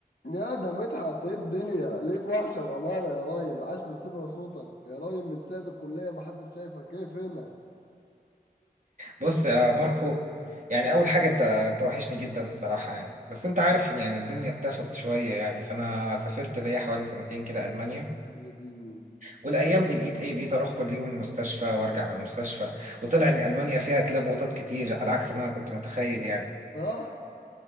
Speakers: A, on the left (about 85°); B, on the right (about 50°).
A: يا ده مدحت ايه الدنيا ليك وحشة بأمانة يا راجل عاش من سمع صوتك يا راجل من ساعة الكلية محدش شايفك ايه فينك
B: بص يا ماركو يعني اول حاجه انت انت وحشني جدا الصراحه يعني بس انت عارف ان يعني الدنيا بتاخد شويه يعني فانا سافرت ليا حوالي سنتين كده المانيا
A: يا ديني
B: والايام دي بقيت ايه بقيت اروح كل يوم المستشفى وارجع من المستشفى وطلع ان المانيا فيها كلاب وقطط كتير على عكس ما انا كنت متخيل يعني
A: صح